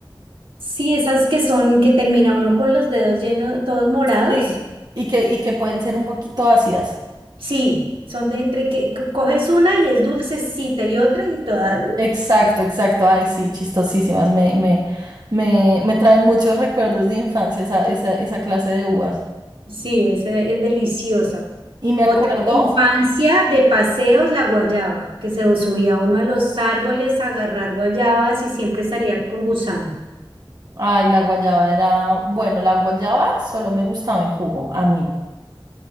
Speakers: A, on the right (about 85°); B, on the right (about 50°).
A: Sí, esas que son, que termina uno con los dedos llenos, todos morados.
B: Sí. y que, y que pueden ser un poquito ácidas.
A: Sí, son de entre que co- coges una y es dulcecita y otra y todas.
B: Exacto, exacto. Ay, sí, chistosísimas. Me, me, me, me traen muchos recuerdos de infancia esa, esa, esa clase de uvas.
A: Sí, es, eh, es deliciosa.
B: Y me
A: Otra
B: acuerdo,
A: de infancia de paseos, la guayaba, que se subía uno a los árboles a agarrar guayabas y siempre salía con gusano.
B: ay, la guayaba era, bueno, la guayaba solo me gustaba en jugo, a mí.